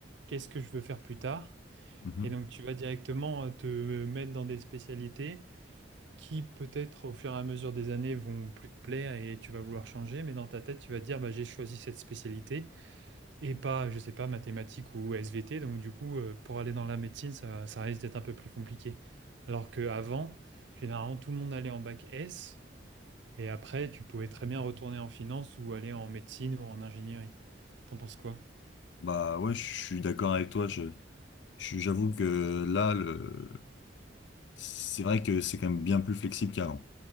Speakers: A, on the right (about 75°); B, on the left (about 70°).
A: qu'est-ce que je veux faire plus tard?
B: mhm.
A: Et donc, tu vas directement euh, te mettre dans des spécialités qui, peut-être, au fur et à mesure des années, vont plus te plaire et tu vas vouloir changer. Mais dans ta tête, tu vas te dire, bah, j'ai choisi cette spécialité et pas, je sais pas, mathématiques ou SVT. Donc, du coup, euh, pour aller dans la médecine, ça, ça risque d'être un peu plus compliqué. Alors qu'avant, généralement, tout le monde allait en bac S et après, tu pouvais très bien retourner en finance ou aller en médecine ou en ingénierie. T'en penses quoi?
B: Bah, ouais, je je suis d'accord avec toi. Je, je- j'avoue que là, le, c'est vrai que c'est quand même bien plus flexible qu'avant.